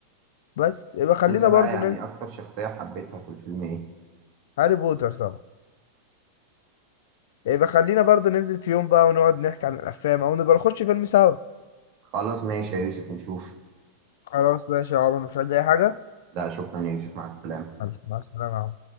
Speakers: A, on the left (about 55°); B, on the right (about 40°).
A: بس يبقى خلينا
B: انت بقى
A: برضو
B: يعني
A: ننزل
B: اكتر شخصية حبيتها في الفيلم ايه
A: هاري بوتر طبعا يبقى خلينا برضو ننزل في يوم بقى ونقعد نحكي عن الافلام او نبقى نخش فيلم سوا
B: خلاص ماشي يا يوسف نشوف
A: خلاص ماشي يا عمر مش عايز اي حاجه
B: لا شكرا يا يوسف مع السلامة
A: حبيبي، مع السلامه يا عمر